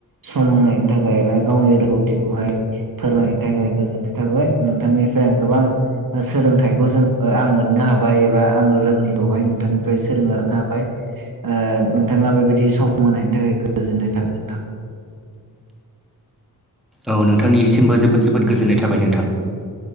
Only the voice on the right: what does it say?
सम होनायनि थाखाय बा गावनि रोंगौथिखौहाय फोरमायनो थाखाय गोजोननाय थाबाय नोंथांनिफ्राय आं गोबां सोलोंथाइखौ जों आं मोननो हाबाय एबा आं रोङै खौहाय नोंथांनिफ्राय सोलोंना लानो हाबाय ओ नोंथांङा बेबायदि सम मोनायनि थाखाय गोजोननाय थाबाय नोंथां